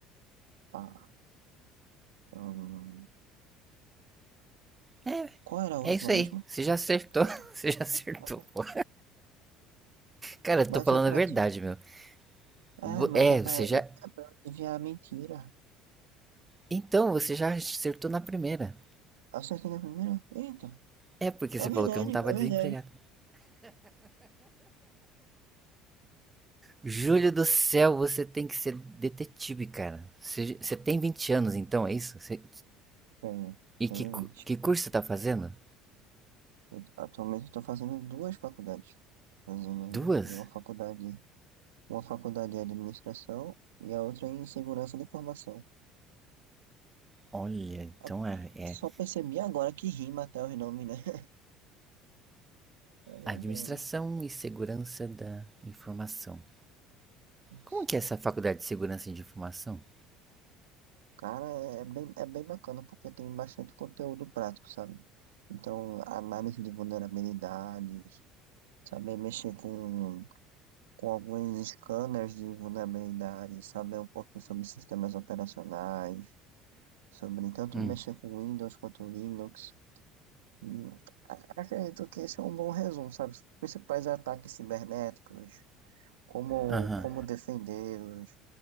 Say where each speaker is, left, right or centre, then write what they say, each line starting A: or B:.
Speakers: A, on the right (about 80°); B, on the right (about 20°).
A: Ah, hum,
B: É,
A: qual era a última
B: é isso
A: mesmo?
B: aí. Você já acertou.
A: Qual
B: <laughs>
A: era a
B: Você já acertou,
A: última?
B: pô. Cara, eu
A: Mas
B: tô falando
A: é para
B: a verdade, meu. Vo-
A: É, mas
B: É,
A: é pra,
B: você já.
A: é é pra adivinhar a mentira.
B: Então, você já acertou na primeira.
A: Acertei na primeira? Eita,
B: É porque você
A: é
B: falou
A: verdade,
B: que eu não tava
A: é
B: desempregado.
A: verdade.
B: Júlio do céu, você tem que ser detetive, cara. Você, você tem 20 anos, então, é isso? Você-
A: Tenho, tenho
B: E que,
A: 20.
B: cu- que curso você tá fazendo?
A: Eu, atualmente estou fazendo duas faculdades. Fazendo
B: Duas?
A: uma faculdade, uma faculdade de administração e a outra em segurança da informação.
B: Olha, então
A: A-
B: é, é
A: Só percebi agora que rima até os nomes, né? <laughs> É verdade.
B: Administração e Segurança da Informação.
A: Isso.
B: Como que é essa faculdade de Segurança de Informação?
A: Cara, é é bem, é bem bacana porque tem bastante conteúdo prático, sabe? Então, análise de vulnerabilidades, saber mexer com com alguns scanners de vulnerabilidade, saber um pouquinho sobre sistemas operacionais, sobre tanto
B: Hum,
A: mexer com Windows quanto Linux. Hum, Acredito que esse é um bom resumo, sabe? Os principais ataques cibernéticos, como,
B: aham.
A: como defendê-los,